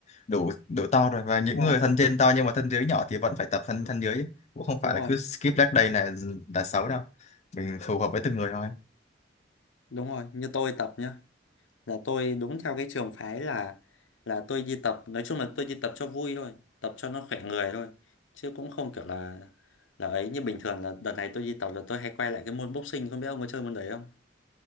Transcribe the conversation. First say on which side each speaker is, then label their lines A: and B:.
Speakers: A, on the left; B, on the left.
A: đủ đủ to rồi và những
B: đúng rồi
A: người thân trên to nhưng mà thân dưới nhỏ thì vẫn phải tập thân thân dưới cũng không
B: đúng
A: phải
B: rồi
A: là cứ skip leg day là là xấu đâu mình phù hợp với từng người thôi
B: đúng rồi như tôi tập nhá là tôi đúng theo cái trường phái là là tôi đi tập nói chung là tôi đi tập cho vui thôi tập cho nó khỏe người thôi chứ cũng không kiểu là là ấy như bình thường là đợt này tôi đi tập là tôi hay quay lại cái môn boxing không biết ông có chơi môn đấy không